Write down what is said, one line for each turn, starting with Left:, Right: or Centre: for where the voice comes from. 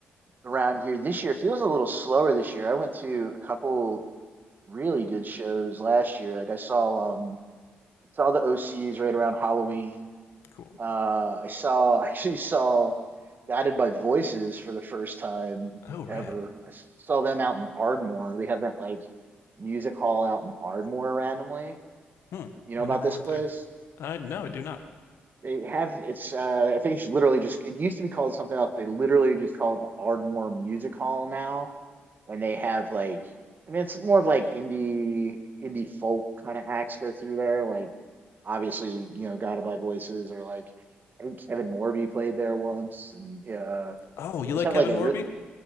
Right: around here this year. It feels a little slower this year. I went to a couple really good shows last year. Like I saw, um, I saw the OCs right around Halloween
Left: cool.
Right: Uh, I saw <laughs> I actually saw Guided by Voices for the first time
Left: Oh, rad.
Right: ever. I saw them out in Ardmore. They have that like music hall out in Ardmore randomly.
Left: Hmm.
Right: You know
Left: I
Right: about
Left: never
Right: this
Left: went
Right: place?
Left: there. I no, I do not.
Right: They have it's uh I think it's literally just it used to be called something else. They literally just call it the Ardmore Music Hall now and they have like I mean it's more of like indie indie folk kind of acts go through there. Like obviously, you know, Guided by Voices or like I think Kevin Morby played there once and uh
Left: Oh, you
Right: they just
Left: like
Right: have
Left: Kevin
Right: like a
Left: Morby?
Right: real